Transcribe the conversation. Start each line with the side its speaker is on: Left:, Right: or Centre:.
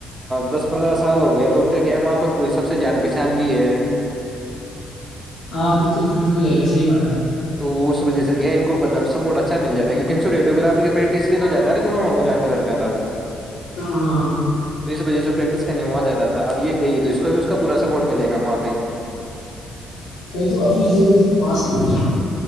Right: دس پندرہ سال ہو گئے تو ان کا کیا ہے وہاں پر پوری سب سے جان پہچان بھی ہے
Left: ہاں پھر تو پھر تو ہو جائے گا صحیح بات ہے
Right: تو اس وجہ سے کیا ان کو مطل سپورٹ اچھا ملاتا ہے کیونکہ ان سےو ریو گرافر پیٹ اس لیے تو جاتا ہے ن کہ وہاں مامو جان کے لڑکا تھا وہ
Left: ہ ہاںاں
Right: تو بجے پ پریکس نہیںو جاتا تھا اب یہ کہئی تو اس کو بھی کا پورا سپورٹ ملے گا وہاں پہ ہی
Left: وہی تو اور وہ پاس میں بھی